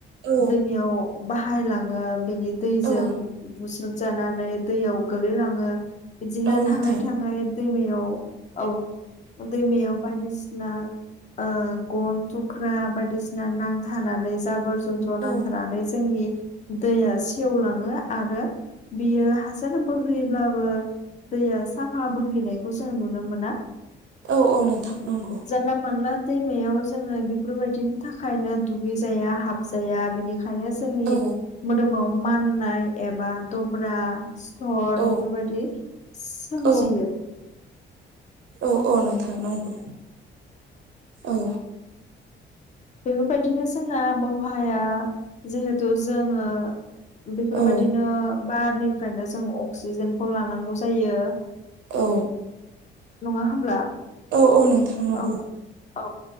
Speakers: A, on the right (about 70°); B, on the left (about 35°).
A: औ
B: दैमायाव बाहायलाङो बेनि दैजों
A: औ
B: बुस्रुबजानानै दैयाव गोलैलाङो। बिदिनो
A: औ नोंथां
B: थाङै थाङै दैमायाव औ दैमायाव बायदिसिना ओ गन थुख्रा बायदिसिना नांथानानै जोबोर जन्थ्र
A: औ
B: नांथानानै जोंनि दैया सेवलाङो आरो बियो हा माने बोहैयोब्लाबो दैया साफा बोहैनायखौ जों नुनो मोना।
A: औ औ नोंथां नंगौ।
B: जानला मोनला दैमायाव जोङो बेफोरबायदिनि थाखायनो दुगैजाया हाबजाया बेनिखायनो जोंनि
A: औ
B: मोदोमाव माननाय एबा दब्रा सिथर
A: औ
B: बेफोरबायदि सोमजियो।
A: औ औ औ नोंथां नांगौ औ।
B: बेफोरबायदिनो जोंना आबहावाया जिहेथु जोङो बेफोरबायदिनो
A: औ
B: बारनिफ्रायनो जों अक्सिजेनखौ लानांगौ जायो।
A: औ
B: नङा होमब्ला?
A: औ औ नोंथां नंगौ।
B: औ औ